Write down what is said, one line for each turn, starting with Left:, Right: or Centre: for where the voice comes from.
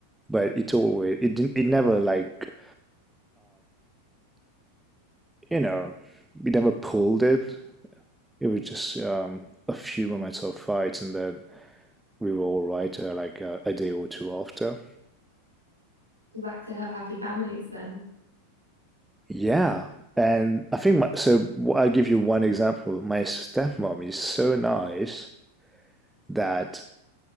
Centre: but it always it didn't it never like you know we never pulled it it was just um, a few moments of fights, and then we were all right uh, like uh, a day or two after.
Right: Back to ha- happy families then.
Centre: Yeah, and I think my, so. I'll give you one example. My stepmom is so nice that